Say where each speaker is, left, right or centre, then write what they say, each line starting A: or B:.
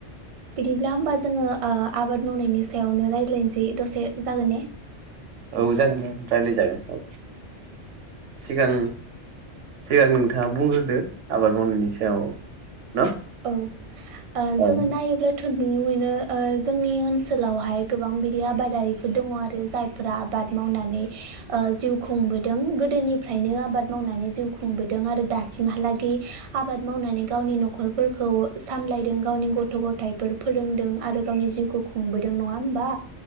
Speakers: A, on the right; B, on the right.
A: बिदिब्ला ओमबा जोंङो ओ‌ आबाद मावनायनि सायावनो रायज्लायनोसै दसे जागोन ने।
B: औ जागोन दे रायलाय जागोन औ सिगां सिगां नोंथांङा बुंग्रोदो आबाद मावनायनि सायाव। न
A: औ ओ
B: औ
A: जोंङो नायोब्ला थ नुनो मोननो। ओ जोंनि ओनसोलावहाय गोबां बिदि आबादारिफोर दंङ आरो जायफोरा आबाद मावनानै। ओ जिउ खुंबोदों गोदोनिफ्रायनो आबाद मावनानै जिउ खुंबोदों आरो दासिमहालागि। आबाद मावनानै गावनि न'खर। फोरखौ सामलायदों गावनि गथ' गथायाइफोर फोरोंदों आरो गावनि जिउखौ खुंबोदों नङा ओमबा।